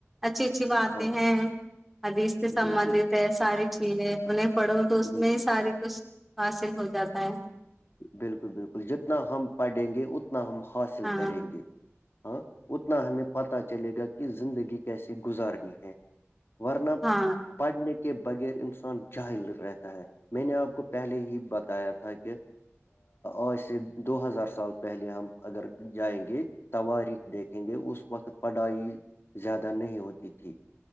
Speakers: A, in the centre; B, on the left.
A: اچھی اچھی باتیں
B: ہاں
A: ہیں ادھی اس سے سبندت
B: بالکل
A: ہے ساری چیزیں انہیں پڑھو تو اس
B: بالکل
A: میں ہی سارے کچھ حاصل ہو جاتا ہے
B: بالکل بالکل جتنا ہم پڑھیں گے اتنا ہم حاصل
A: ہاں
B: کریں گے ہاں اتنا ہمیں پتا چلے گا کہ زندگی کیسے گزارنی ہے ورنب
A: ہاں
B: پڑھنے کے بغیر انسان جاہل رہتا ہے میں نے آپ کو پہلے ہی بتایا تھا کہ آج سے دو ہزار سال پہلے ہم اگر جائیں گے توارق دیکھیں گے اس وقت پڑھائی زیادہ نہیں ہوتی تھی